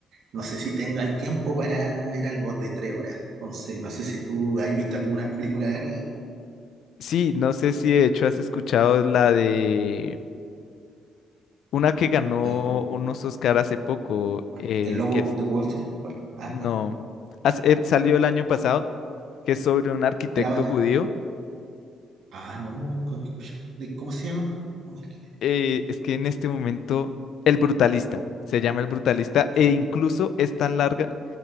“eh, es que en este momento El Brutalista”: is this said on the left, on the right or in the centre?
Left